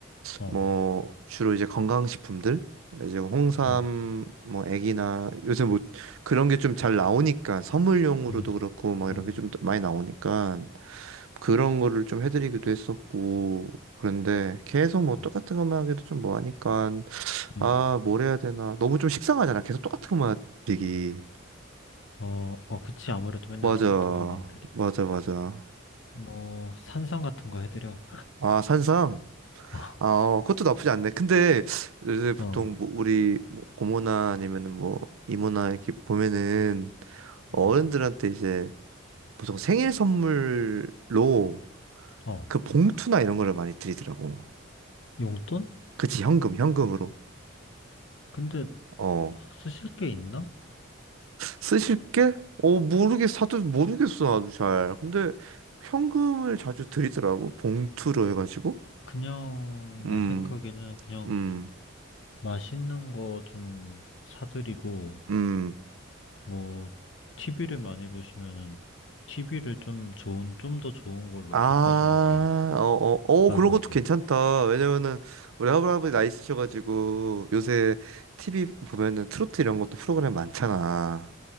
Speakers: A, on the left (about 65°); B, on the right (about 85°).
A: 어,
B: 뭐 주로 이제 건강식품들 이제 홍삼
A: 음,
B: 뭐 애기나 요새 뭐 그런 게 좀 잘 나오니까 선물용으로도
A: 음,
B: 그렇고 막 이런
A: 음,
B: 게 좀 많이 나오니까 그런 거를 좀 해드리기도 했었고 그런데 계속 뭐 똑같은
A: 음,
B: 것만 하기도 좀 뭐하니까
A: 음.
B: 아 뭘 해야 되나 너무 좀 식상하잖아 계속 똑같은 것만 드리기
A: 어, 어, 그치. 아무래도 맨날
B: 맞아,
A: 똑같은 것만 드리면.
B: 맞아, 맞아.
A: 뭐, 산성 같은 거 해드려.
B: 아, 산삼?
A: <laughs>
B: 아, 어, 그것도 나쁘지 않네. 근데 요새 보통
A: 어,
B: 뭐 우리 뭐 고모나 아니면은 뭐 이모나 이렇게 보면은 어른들한테
A: 음,
B: 이제 보통 생일 선물로
A: 어,
B: 그 봉투나 이런 거를 많이 드리더라고.
A: 용돈?
B: 그치, 현금, 현금으로.
A: 근데
B: 어,
A: 어, 쓰실 게 있나?
B: 쓰실 게? 어, 모르겠어. 다들 모르겠어, 나도 잘. 근데 현금을 자주 드리더라고. 봉투로 해가지고.
A: 그냥
B: 음,
A: 내 생각에는 그냥
B: 음,
A: 맛있는 거 좀 사드리고,
B: 음.
A: 뭐, TV를 많이 보시면은, TV를 좀 좋은, 좀 더 좋은 걸로
B: 아,
A: 바꿔주는 게
B: 어, 어, 어,
A: 나을
B: 그런
A: 것
B: 것도
A: 같아.
B: 괜찮다. 왜냐면은 우리 할아버지 나이 스셔가지고 요새 TV 보면은 트로트 이런 것도 프로그램 많잖아.